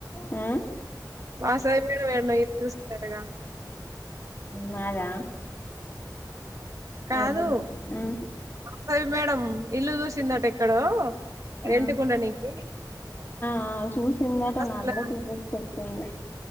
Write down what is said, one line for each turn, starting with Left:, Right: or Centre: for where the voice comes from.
Left: ఆ
Right: వాసవి మేడం ఎన్నో ఇల్లు చూచిందటగా <unintelligible>
Left: మాదా
Right: కాదు
Left: అర్థం కా ఆ
Right: వాసవి మేడం ఇల్లు చూసిండట ఎక్కడో రెంటుకుండనికి
Left: ఆ ఆ చూసిండటా
Right: అసలు
Left: నాకు కూడా చూసోచ్చి చెప్పిండు